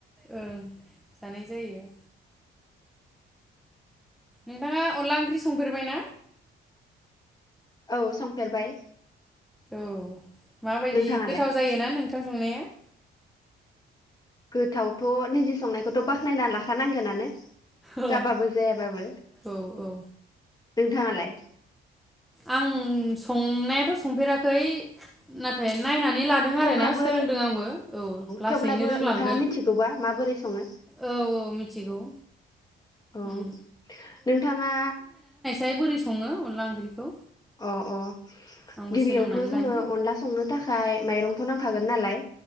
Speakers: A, in the centre; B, on the left.
A: ओं जानाय जायो नोंथाङा अनला ओंख्रि संफेरबाय ना
B: औ संफेरबाय
A: औ माबायदि
B: नोंथाङालाय
A: गोथाव जायोना नोंथां संनाया
B: गोथावथ' निजे संनायखौथ' बाखनायना लाखानांगोनानो
A: औ
B: जाबाबो जायाबाबो नोंथाङालाय
A: औ आं संनायाथ' संफेराखै नाथाय नायनानै नानै लादों
B: थेवब्लाबो
A: आरोना सोलोंदों आंबो औ लासैनो
B: थेवब्लाबो
A: रोंलांगोन
B: नोंथाङा मिथिगौबा माबोरै सङो
A: औ औ मिथिगौ
B: औ
A: उम
B: नोंथाङा
A: ओमाय बोरै सो अनला ओंख्रिखौ
B: अ अ
A: आंबो
B: गिबियावथ'
A: सोलोंनानै
B: जोङो
A: लानि
B: अनला संनो थाखाय माइरं दाथ' नांखागोन नालाय